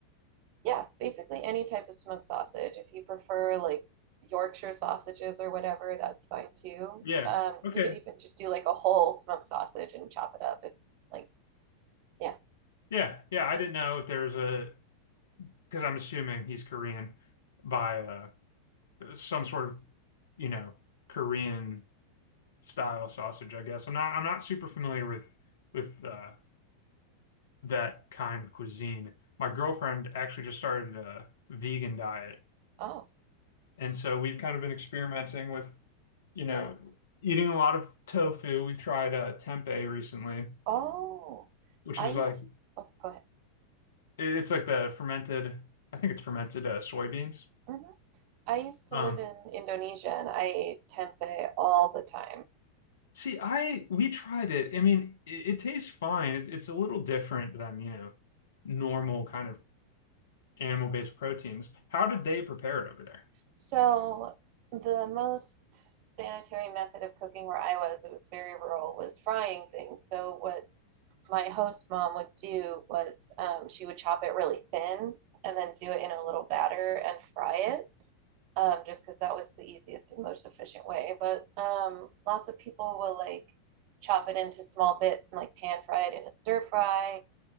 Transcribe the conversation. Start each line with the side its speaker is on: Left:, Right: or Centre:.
Right: yeah, basically any type of smoked sausage. If you prefer like Yorkshire sausages or whatever, that's fine too.
Left: Yeah.
Right: Um,
Left: Okay.
Right: you could even just do like a whole smoked sausage and chop it up. It's like, yeah.
Left: Yeah. Yeah. I didn't know if there's a because I'm assuming he's Korean by uh, some sort of, you know, Korean style sausage. I guess I'm not. I'm not super familiar with with uh, that kind of cuisine. My girlfriend actually just started a vegan diet,
Right: Oh,
Left: and so we've kind of been experimenting with. you know, eating a lot of tofu. We've tried uh, tempeh recently,
Right: oh,
Left: which
Right: I
Left: is
Right: used.
Left: like
Right: Oh, go ahead.
Left: it's like the fermented, I think it's fermented uh, soybeans.
Right: Mhm. I used to
Left: Um,
Right: live in Indonesia and I ate tempeh all the time.
Left: see, I we tried it. I mean, it, it tastes fine. It's it's a little different than, you know, normal kind of animal-based proteins. How did they prepare it over there?
Right: So the most sanitary method of cooking where I was, it was very rural, was frying things. So what my host mom would do was um, she would chop it really thin and then do it in a little batter and fry it. Um, just because that was the easiest and most efficient way. But um, lots of people will like chop it into small bits and like pan fry it in a stir fry